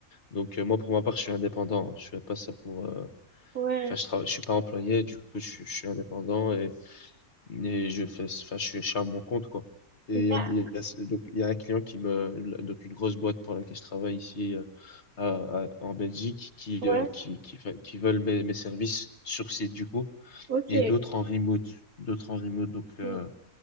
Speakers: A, on the left; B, on the right.
A: Donc, euh, moi, pour ma part, je suis indépendant. Je fais pas ça pour, euh,
B: Ouais.
A: Enfin, je travaille, je suis pas employé, du coup, je, suis je suis indépendant et, et je fais, enfin, je suis, je suis à mon compte, quoi. Et
B: Da-
A: il y a, il y a- donc, il y a un client qui me, donc, une grosse boîte pour laquelle je travaille ici, euh, à, à- en Belgique, qui,
B: Ouais,
A: euh, qui, qui, fait- qui veulent mes, mes services sur site, du coup,
B: ok.
A: et d'autres en remote, d'autres en remote, donc, euh,
B: Mm.